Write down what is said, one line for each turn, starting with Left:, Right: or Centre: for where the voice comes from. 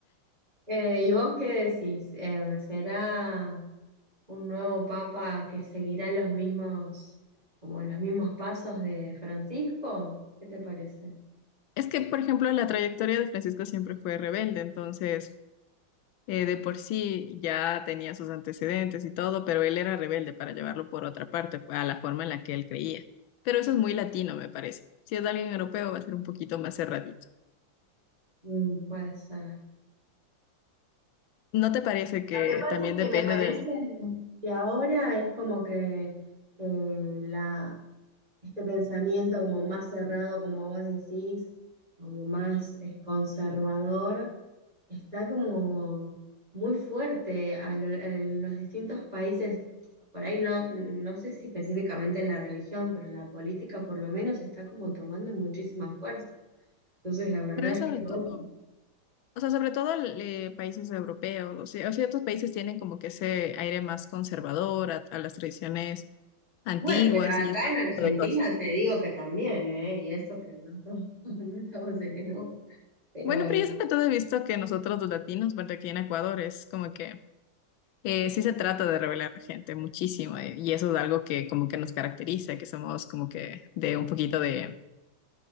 Right: Eh, ¿y vos qué decís? Eh, ¿será un nuevo papa que seguirá los mismos, como los mismos pasos de Francisco? ¿Qué te parece?
Left: Es que, por ejemplo, la trayectoria de Francisco siempre fue rebelde, entonces Eh, de por sí ya tenía sus antecedentes y todo, pero él era rebelde para llevarlo por otra parte, a la forma en la que él creía. Pero eso es muy latino, me parece. Si es de alguien europeo, va a ser un poquito más cerradito.
Right: Mm, puede ser.
Left: ¿No te parece
Right: Lo
Left: que
Right: que pasa
Left: también
Right: es que
Left: depende
Right: me parece
Left: del...
Right: que ahora es como que eh, la, este pensamiento como más cerrado, como vos decís, como más eh, conservador, está como muy fuerte a lo- en los distintos países. Por ahí no, no sé si específicamente en la religión, pero en la política por lo menos está como tomando muchísima fuerza. Entonces la verdad
Left: Pero es
Right: es
Left: sobre
Right: que
Left: todo,
Right: vos
Left: o sea, sobre todo eh, países europeos, o sea, ciertos países tienen como que ese aire más conservador a, a las tradiciones antiguas
Right: Bueno, pero acá
Left: y ese
Right: en Argentina
Left: tipo de cosas.
Right: te digo que también, ¿eh? Y eso que no, estamos- <laughs> no estamos en Europa. Pero
Left: Bueno,
Right: y-
Left: pero yo sobre todo he visto que nosotros los latinos, bueno, aquí en Ecuador es como que Eh, sí se trata de revelar gente muchísimo eh, y eso es algo que como que nos caracteriza, que somos como que de un poquito de,